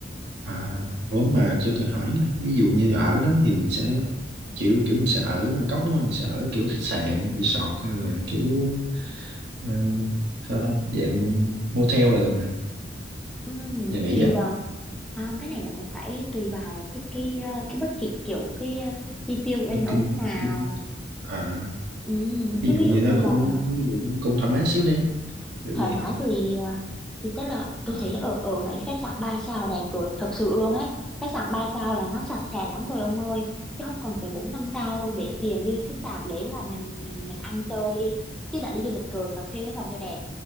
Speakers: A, on the right (about 65°); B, in the centre.
A: à, ủa mà cho tôi hỏi nha. Ví dụ như ở đó thì mình sẽ kiểu kiểu mình sẽ ở Bangkok đúng không? Mình sẽ ở kiểu khách sạn, resort hay là kiểu ừ, sao ta? Dạng motel là được rồi,
B: Ừm,
A: nhà nghỉ
B: tùy
A: á.
B: vào à, cái này là còn phải tùy vào cái cái ờ, cái budget kiểu cái ờ, chi tiêu của gia
A: nó
B: đình ông
A: kinh
B: như nào
A: kinh à
B: Ừm,
A: ví
B: chứ
A: dụ
B: ví
A: như
B: dụ như
A: nó
B: là
A: cũng ví dụ nó cũng thoải mái xíu đi kiểu
B: thoải
A: vậy
B: mái thì ờ, thì chắc là tôi
A: à,
B: thấy ở ở mấy khách sạn 3 sao đẹp rồi thật sự luôn ấy khách sạn 3 sao là nó sạch sẽ lắm rồi ông ơi chứ không cần phải 4 5 sao đâu để tiền đi khách sạn đấy là mình mình mình ăn chơi đi chứ đã đi du lịch rồi mà thuê cái phòng cho đẹp